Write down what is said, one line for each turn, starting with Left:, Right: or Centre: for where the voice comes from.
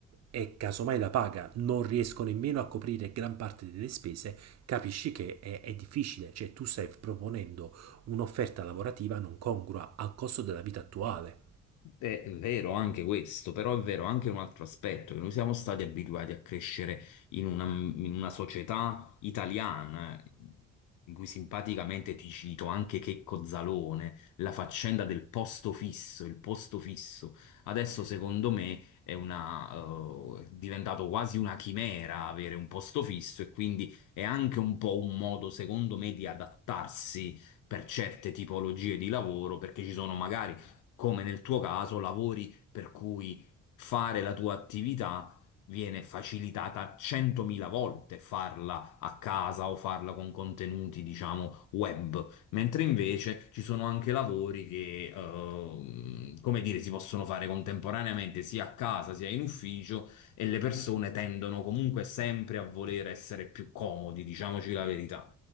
Right: e casomai la paga non riesco nemmeno a coprire gran parte delle spese, capisci che è, è difficile, cioè tu stai proponendo un'offerta lavorativa non congrua al costo della vita attuale.
Left: È vero anche questo, però è vero anche un altro aspetto, che noi siamo stati abituati a crescere in una, in una società italiana, in cui simpaticamente ti cito anche Checco Zalone, la faccenda del posto fisso, il posto fisso. Adesso secondo me è una, eh, è diventato quasi una chimera avere un posto fisso e quindi è anche un po' un modo, secondo me, di adattarsi per certe tipologie di lavoro, perché ci sono magari come nel tuo caso, lavori per cui fare la tua attività viene facilitata 100.000 volte farla a casa o farla con contenuti, diciamo, web, mentre invece ci sono anche lavori che, ehm, come dire, si possono fare contemporaneamente sia a casa sia in ufficio e le persone tendono comunque sempre a voler essere più comodi, diciamoci la verità,